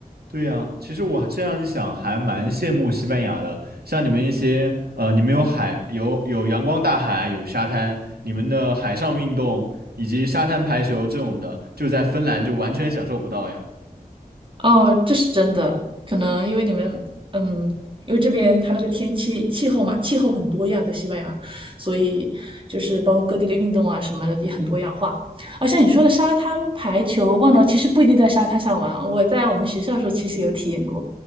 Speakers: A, on the right; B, on the right.
A: 对呀，其实我这样一想，还蛮羡慕西班牙的。像你们一些，呃，你们有海，有有阳光大海，有沙滩，你们的海上运动以及沙滩排球这种的，就在芬兰就完全享受不到呀。
B: 哦，这是真的，可能因为你们，嗯，因为这边它那个天气气候嘛，气候很多样，在西班牙，所以就是包括各地的运动啊什么的也很多样化。而像你说的沙滩排球，忘了，其实不一定在沙滩上玩，我在我们学校的时候其实有体验过。